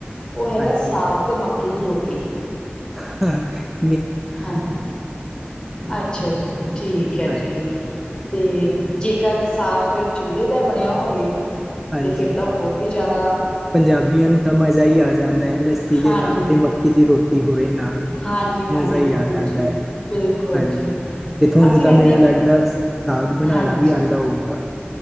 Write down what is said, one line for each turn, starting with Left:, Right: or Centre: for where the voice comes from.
Left: ਉਹ ਹੈਗਾ
Centre: ਹਾਂਜੀ
Left: ਸਾਗ ਤੇ ਉਹ ਮੱਕ ਮੱਕੀ ਦੀ ਰੋਟੀ।
Centre: ਹਾ।
Left: ਹਾਂਜ ਅੱਛਾ ਜੀ ਠੀਕ ਹੈ
Centre: ਹਾਂਜੀ
Left: ਜੀ। ਤੇ ਜੇਕਰ ਸਾਗ ਚੁੱਲ੍ਹੇ ਦਾ ਬਣਿਆ ਹੋਵੇ
Centre: ਹਾਂਜੀ
Left: ਤੇ ਫੇਰ ਤਾਂ ਹੋਰ ਵੀ ਜੈਦਾ
Centre: ਪੰਜਾਬੀਆਂ ਨੂੰ ਤਾ ਮਜ਼ਾ ਹੀ ਆ ਜਾਂਦਾ ਲੱਸੀ ਦੇ
Left: ਹਾਂਜੀ
Centre: ਨਾਲ ਤੇ ਮੱਕੀ ਦੀ ਰੋਟੀ ਹੋਵੇ ਨਾਲ।
Left: ਹਾਂਜੀ-ਹਾਂਜੀ
Centre: ਮਜ਼ਾ ਹੀ
Left: ਬਿਲਕੁਲ
Centre: ਆ ਜਾਂਦਾ
Left: ਜੀ-ਬਿਲਕੁਲ
Centre: ਹੈ ਹਾਂਜੀ
Left: ਜੀ।
Centre: ਤੇ ਤੋਹਾਨੂੰ
Left: ਅਸੀਂ
Centre: ਤਾਂ
Left: ਰਹਿੰਦੇ
Centre: ਮੇਰੇ ਲੱਗਦਾ ਸਾਗ ਬਣਾਣਾ
Left: ਹਾਂਜੀ,
Centre: ਵੀ ਆਂਦਾ ਹੋਊਗਾ।